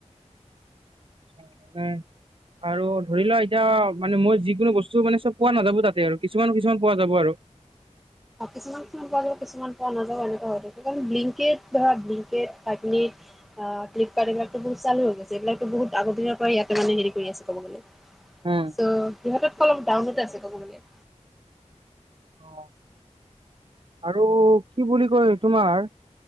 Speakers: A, on the right; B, in the centre.
A: <inaudible> উম, আৰু ধৰি লোৱা এতিয়া মানে মই যিকোনো বস্তু মানে চব পোৱা নাযাবো তাতে আৰু কিছুমান-কিছুমান পোৱা যাব আৰু। <inaudible>
B: কিছুমান-কিছুমান পোৱা যাব কিছুমান পোৱা নাযাব এনেকুৱা হৈ থাকে ব্লিকিত ধৰা ব্লিংকিত, একনিক। অ, ফ্লিপকাৰ্ট এইবাক বহুচালু হৈ গৈছে এইবিলাকো বহুত আগ দিনৰ পৰা ইয়াতে মানে হেৰি কৰি আছে ক'ব গ'লে।
A: উম
B: চ' সিহঁতকৈ অলপ ডাউনত আছে ক'ব গলে।
A: অ, আৰু কি বুলি কয় তোমাৰ?